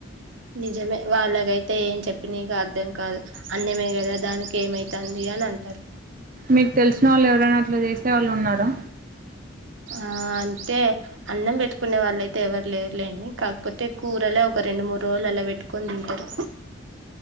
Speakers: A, on the right; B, on the right.
A: నిజమే వాళ్ళకైతే ఏం చెప్పి నీకు అర్థం కాదు అన్నమే కదా దానికి ఏమైతుంది అని అంటారు
B: మీకు తెలిసిన వాళ్ళు ఎవరైనా అట్ల చేసేవాళ్ళు ఉన్నారా
A: ఆ అంటే అన్నం పెట్టుకునే వాళ్ళ అయితే ఎవరు లేరులేండి కాకపోతే కూరలే ఒక రెండ్ రెండు మూడు రోలు అలా పెట్టుకొని తింటరు